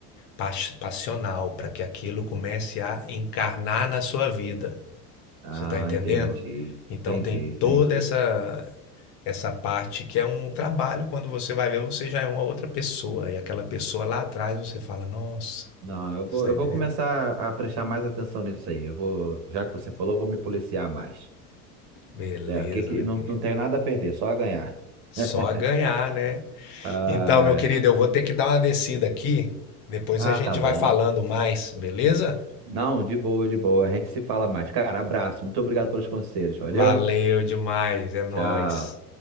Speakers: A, on the left (about 50°); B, on the right (about 55°).
A: pas passional, para que aquilo comece a encarnar na sua vida.
B: Ah,
A: Você está entendendo?
B: entendi.
A: Então
B: Entendi,
A: tem
B: entendi.
A: toda essa essa parte que é um trabalho, quando você vai ver, você já é uma outra pessoa. E aquela pessoa lá atrás, você fala, nossa,
B: Não, eu vou,
A: você está
B: eu vou
A: entendendo?
B: começar a prestar mais atenção nisso aí. Eu vou, já que você falou, eu vou me policiar mais.
A: Beleza,
B: É, o que que,
A: meu
B: não,
A: querido.
B: não tenho nada a perder, só a ganhar.
A: Só
B: <laughs>
A: a ganhar, né?
B: ah
A: Então, meu querido, eu vou ter que dar uma descida aqui. Depois
B: Ah,
A: a gente
B: tá bom.
A: vai falando mais, beleza?
B: Não, de boa, de boa. A gente se fala mais. Cara, abraço. Muito obrigado pelos conselhos. Valeu?
A: Valeu demais, é nóis.
B: Tchau.